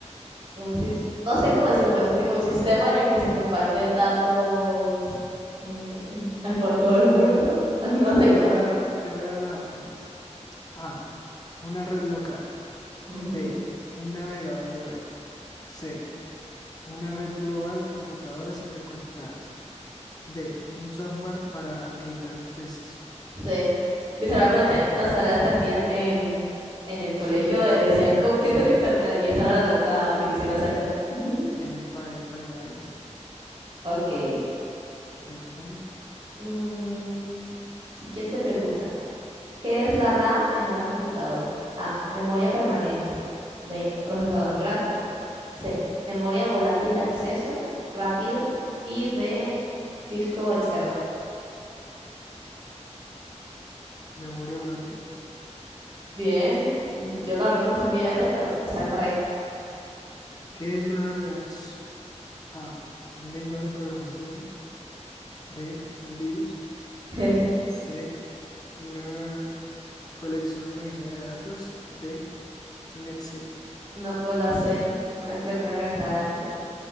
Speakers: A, on the right; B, on the left.
A: Un, sis- no sé cómo decirlo, pero es tipo un sistema en el que se comparten datos mm, <laughs> por todo el
B: Te
A: mundo.
B: voy, a-
A: <laughs> No sé
B: te voy
A: cómo.
B: a dar, te voy a dar las opciones. A, una red local.
A: Ujú.
B: B, un navegador web. C, una red global de computadoras interconectadas. D, un software para editar textos.
A: Sí. Literalmente las tareas que hacían en, en el colegio
B: <clears throat> <laughs>
A: eh, decían, "Co- ¿qué es el internet? Y esa era la, re- la definición exacta. <laughs>
B: Efa, efa, esa es.
A: Ok.
B: Pregúntame.
A: Mm, siguiente pregunta. ¿Qué es la RAM en una computadora? A. Memoria permanente. B. Procesador gráfico. C. Memoria volátil de acceso rápido. Y D. Disco externo.
B: Memoria volátil.
A: Bien. Yo la verdad no entendía eso, pero está correcto.
B: ¿Qué es una base de datos? A, lenguaje de programación. B, un virus.
A: <laughs>
B: C, una colección organizada de datos de un Excel.
A: No, pues la C, una colección organizada de datos.